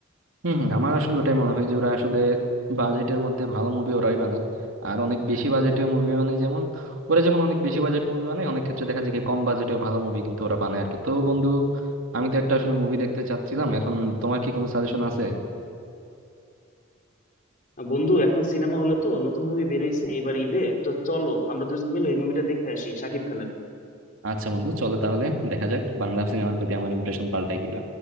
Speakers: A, on the right; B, on the left.
A: হম হম আমার আসলে ওটাই মনে হয় যে ওরা আসলে বাজেটের মধ্যে ভালো মুভি ওরাই বানায় আর অনেক বেশি বাজেটেও মুভি বানায় যেমন ওরা যেমন অনেক বেশি বাজেট মুভি বানায় অনেক ক্ষেত্রে দেখা যায় কি কম বাজেটেও ভালো মুভি কিন্তু ওরা বানায় আর কি তো বন্ধু আমি তো একটা আসলে মুভি দেখতে চাচ্ছিলাম এখন তোমার কি কোনো সাজেশন আছে
B: বন্ধু এখন সিনেমা হলে তো নতুন মুভি বেরোইছে এবার ঈদে তো চলো আমরা দুজন মিলে ওই মুভিটা দেখে আসি শাকিব খানের
A: আচ্ছা বন্ধু চলো তাহলে দেখা যাক বাংলা সিনেমার প্রতি আমার ইমপ্রেশন পাল্টায় কিনা